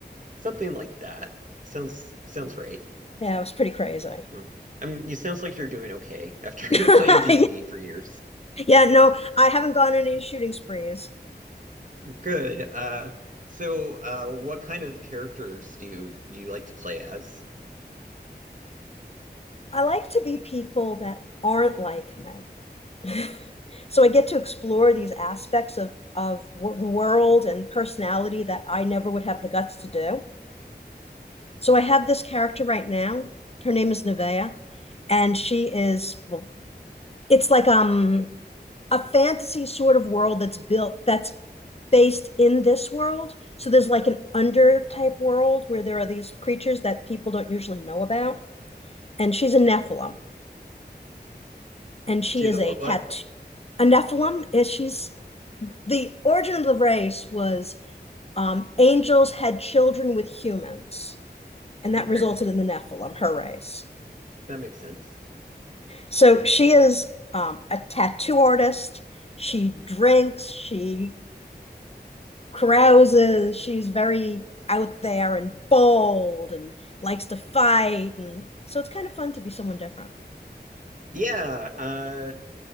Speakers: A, on the right; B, on the left.
A: something like that. Sounds sounds right. <clears throat>
B: Yeah, it was pretty crazy.
A: Well, I mean, it sounds like you're doing okay after
B: <laughs>
A: <laughs> playing D&D for years.
B: Yeah, no, I haven't gone on any shooting sprees.
A: Good. Uh, so, uh, what kind of characters do you do you like to play as?
B: I like to be people that aren't like me. <laughs> So I get to explore these aspects of of w- the world and personality that I never would have the guts to do. So I have this character right now. Her name is Nevaeh, and she is well, it's like um a fantasy sort of world that's built that's based in this world. So there's like an under type world where there are these creatures that people don't usually know about. And she's a Nephilim, and she
A: To
B: is
A: the
B: a
A: what
B: tattoo.
A: what?
B: A Nephilim is she's the origin of the race was um, angels had children with humans, and
A: Okay,
B: that resulted in the Nephilim, her race.
A: that makes sense.
B: So she is um, a tattoo artist. She drinks. She carouses. She's very out there and bold and likes to fight. And so it's kind of fun to be someone different.
A: Yeah, uh,